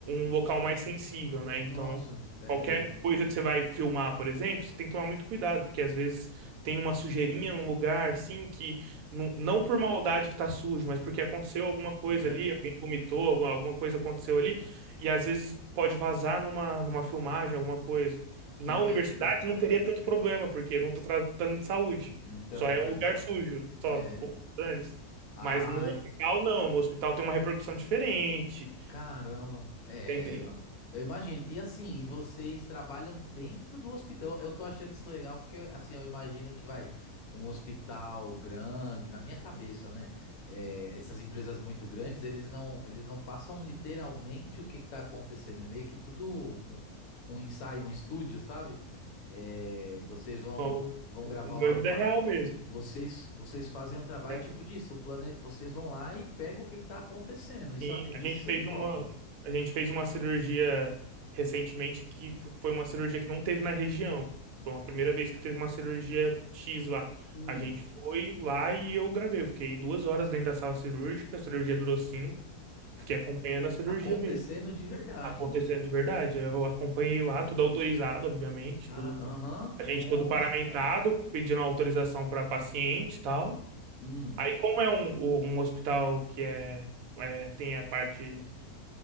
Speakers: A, on the right; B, on the left.
A: um local mais sensível, né? Então,
B: nossa, é,
A: qualquer
B: é,
A: coisa que você vai filmar, por exemplo, você tem que tomar muito cuidado, porque às vezes tem uma sujeirinha num lugar, assim, que não, não por maldade que tá sujo, mas porque aconteceu alguma coisa
B: porque
A: ali,
B: aqui,
A: alguém vomitou, alguma alguma coisa aconteceu ali, e às vezes pode vazar numa, numa filmagem, alguma coisa.
B: que
A: Na
B: da-
A: universidade
B: que legal.
A: não teria tanto problema, porque eu não tô tratando de saúde.
B: Não tá
A: Só
B: tratando
A: é um lugar
B: só.
A: sujo, só,
B: É.
A: pô, dane-se.
B: Ah,
A: Mas no hospital,
B: ent-
A: não. No hospital tem uma repercussão diferente.
B: Caramba, é,
A: Tem, tem.
B: eu imagino. E assim, e vocês trabalham dentro do hospital? Eu tô achando isso legal porque assim, eu imagino que vai um hospital grande, na minha cabeça, né? É, essas empresas muito grandes, eles não, eles não passam literalmente o que que tá acontecendo. É meio que tudo um, um ensaio, um estúdio, sabe? É, vocês vão,
A: O,
B: vão
A: o
B: gravar
A: meu
B: uma,
A: é
B: pa-
A: vida real mesmo.
B: vocês, vocês fazem um trabalho
A: né?
B: tipo disso, um plane... vocês vão lá e pegam o que que tá acontecendo. Isso,
A: E
B: é- isso
A: a gente fez
B: é top.
A: uma, a gente fez uma cirurgia recentemente que f- foi uma cirurgia que não teve na região. Foi a primeira vez que teve uma cirurgia X lá.
B: Hum,
A: A gente foi lá e eu gravei. Eu fiquei duas horas dentro da sala cirúrgica, a cirurgia durou cinco.
B: ca-
A: Fiquei acompanhando a cirurgia
B: acontecendo
A: mesmo,
B: de verdade.
A: acontecendo de verdade. Eu acompanhei lá, tudo autorizado, obviamente,
B: Cara,
A: tudo
B: aham,
A: com- a gente
B: nossa,
A: todo paramentado,
B: cara.
A: pedindo autorização para paciente e tal.
B: Hum,
A: Aí, como é um, um hospital que é, é tem a parte